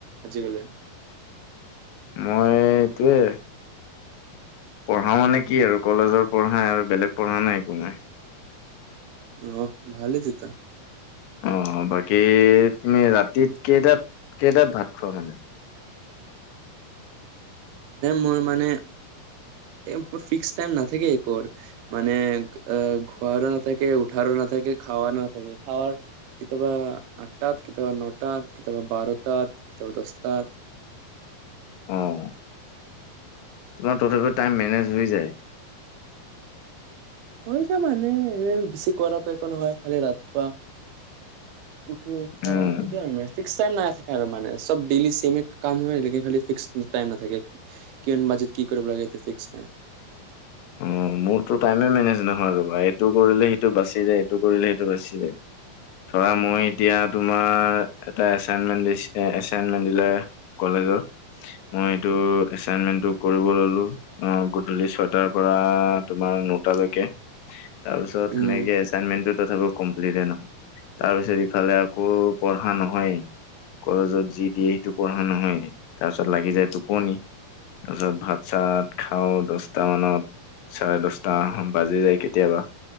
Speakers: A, on the right (about 85°); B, on the left (about 75°).
A: আজিকালি?
B: মই এইটোৱে পঢ়া মানে কি আৰু কলেজৰ পঢ়া আৰু বেলেগ পঢ়া নাই একো নাই।
A: অহ ভালেই তেতিয়া
B: অ' বাকী তুমি ৰাতিত কেইটাত, কেইটাত ভাত খোৱা মানে
A: মোৰ মানে মোৰ ফিক্স টাইম নাথাকে একৰ মানে খোৱাৰো নাথাকে, উঠাৰো নাথাকে, খাৱাৰো নাথাকে, খাৱাৰ কেতিয়াবা আঠটাত কেতিয়াবা ন'টাত, কেতিয়াবা বাৰটাত, কেতিয়াবা দহটাত।
B: অহ। তোমাৰ তথাপিও টাইম মেনেজ হৈ যায়।
A: হৈ যায় মানে এনে বেছি কৰাটো একো নহয়, খালি ৰাতিপুৱা উঠো খাও
B: উম,
A: এতিয়া <unintelligible> <unintelligible> নাই থাকে আৰু চব ডেইলি চেমিত কাম হয়, ফিক্স টাইম নাথাকে, কিমান বাজেত কি কৰিব লাগে ফিক্স নাই।
B: অ' মোৰটো টাইমে মেনেজ নহয় ৰবা এইটো কৰিলে সেইটো বাচি যায়, ইটো কৰিলে সিটো বাচি যায়, ধৰা মই এতিয়া তোমাৰ এটা এচাইণ্টমেন দিলে, এচাইণ্টমেন দিছে কলেজত, মই সেটো এচাইণ্টমেনটো কৰিব ললো অ' গধূলি ছয় টাৰ পৰা পৰা তোমাৰ নটা লৈকে তাৰ পিছত
A: উম
B: সেনেকে এচাইনমেন্টটো তাৰপিছত আকৌ কমপ্লিট নহয় তাৰপিছত ইফালে আকৌ পঢ়া নহয়েই, কলেজত যি দিয়ে সেইটো পঢ়া নহয়, তাৰপিছত লাগি যায় টোপনি, তাৰপিছত ভাত-চাত খাও, দহটা মানত চাৰে দহটা বাজি যায় কেতিয়াবা